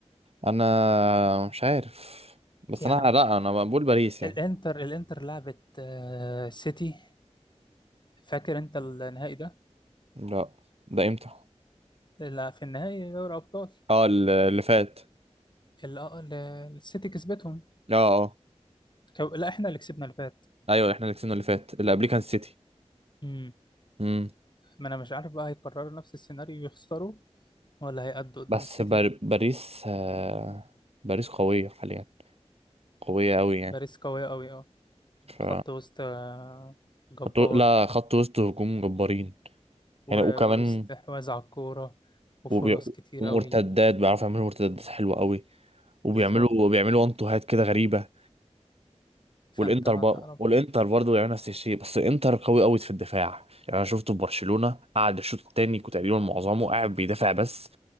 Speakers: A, on the right; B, on the left.
A: انا مش عارف بس
B: يعني
A: انا لا انا بقول باريس يعني
B: الإنتر الإنتر لعبت آه، سيتي فاكر انت النهائي ده
A: لا ده امتى
B: اللي في النهائي دوري ابطال
A: اه ال- اللي فات
B: اللي آه، اللي السيتي كسبتهم
A: اه اه
B: كو... لا احنا اللي كسبنا اللي فات
A: ايوه احنا اللي كسبنا اللي فات اللي قبليه كان سيتي
B: امم
A: امم
B: ما انا مش عارف بقى هيكرروا نفس السيناريو يخسروا ولا هيأدوا قدام
A: بس
B: السيتي
A: بار... باريس آه... باريس قوية حاليا قوية قوي يعني
B: باريس قوية قوي اه
A: ف
B: خط وسط آه، جبار
A: خط... لا خط وسط وهجوم جبارين
B: و-
A: يعني وكمان
B: واستحواذ على الكورة وفرص
A: وبي...
B: كتير
A: ومرتدات
B: قوي
A: بيعرفوا يعملوا مرتدات حلوة قوي وبيعملوا
B: بالظبط
A: وبيعملوا وان تو هات كده غريبة
B: فانت
A: والانتر
B: ما
A: بقى
B: تعرف
A: والانتر برضه بيعملوا نفس الشيء بس الانتر قوي قوي في الدفاع يعني انا شفته في برشلونة قعد الشوط التاني كنت تقريبا معظمه قاعد بيدافع بس